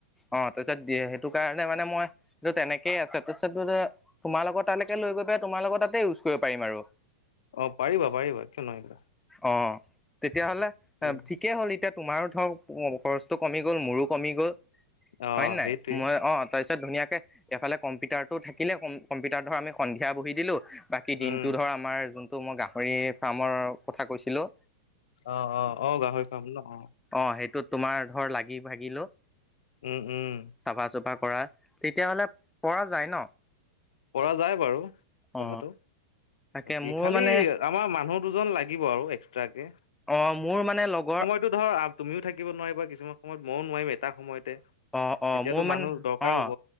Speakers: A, in the centre; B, on the left.
A: অ তাৰপিছত দিয়ে সেইটো কাৰণে মানে মই এইটো তেনেকেই আছে তাৰপিছত মানে তোমাৰ লগত তালৈকে লৈ গৈ পেলাই তোমাৰ লগত তাতে ইউজ কৰিব পাৰিম আৰু।
B: অ পাৰিবা পাৰিবা কিয় নোৱাৰিবা।
A: অ, তেতিয়াহ'লে আ
B: এই
A: ঠিকেই হ'ল এতিয়া তোমাৰো ধৰক উম খৰচটো কমি গ'ল, মোৰো কমি গ'ল
B: অ
A: হয় নাই?
B: সেইটোৱে
A: মই অ তাৰপিছত ধুনীয়াকে এইফালে কম্পিউটাৰটো থাকিলে, ক কম্পিউটাৰ ধৰক আমি সন্ধিয়া বহি দিলোঁ, বাকী দিনটো
B: উম
A: ধৰ আমাৰ যোন তো মই গাহৰি ফাৰ্মৰ কথা কৈছিলোঁ
B: অ অ অ গাহৰি পাম ন অ।
A: অ সেইটো তোমাৰ ধৰ লাগি ভাগিলো।
B: উম উম।
A: চাফা - চুফা কৰা তেতিয়াহ'লে পৰা যায় ন।
B: পৰা যায় বাৰু।
A: অ
B: কথাটো,
A: তাকে
B: বাকী
A: মোৰ
B: খালি
A: মানে
B: আমাৰ মানুহ দুজন লাগিব আৰু এক্সট্ৰাকে।
A: অ মোৰ মানে লগৰ
B: টো ধৰ তুমিও থাকিব নোৱাৰিবা কিছুমান সময়ত ময়ও নোৱাৰিম এটা সময়তে?
A: অঁ অঁ
B: তেতিয়াতো
A: মোৰ মান,
B: মানুহ দৰকাৰ
A: অঁ
B: হ'ব